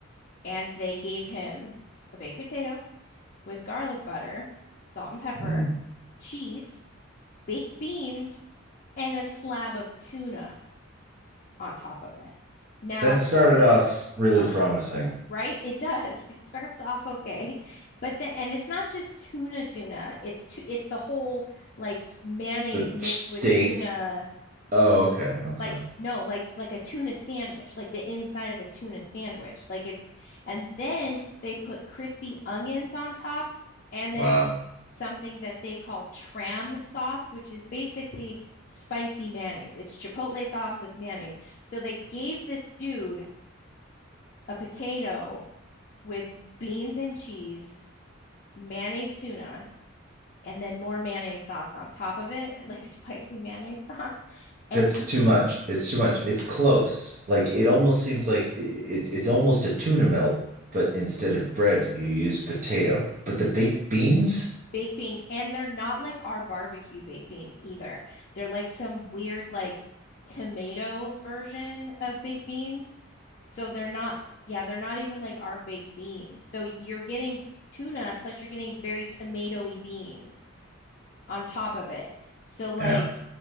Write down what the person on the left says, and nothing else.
and they gave him a baked potato with garlic butter, salt and pepper,
cheese, baked beans and a slab of tuna on top of it. Now,
uh,
right? It does. <laughs> It starts off okay, but then and it's not just tuna tuna. It's tu it's the whole like mayonnaise
mixed
with tuna
like no like like a tuna sandwich like the inside of a tuna sandwich like it's and then they put crispy onions on top and
then something that they call tram sauce which is basically spicy mayonnaise it's chipotle sauce with mayonnaise so they gave this dude a potato with beans and cheese mayonnaise tuna and then more mayonnaise sauce on top of it <laughs> like spicy mayonnaise sauce and
he
baked beans, and they're not like our barbecue baked beans either. They're like some weird, like tomato version of baked beans. So they're not, yeah, they're not even like our baked beans. So you're getting tuna, plus you're getting very tomatoey beans on top of it. So, like,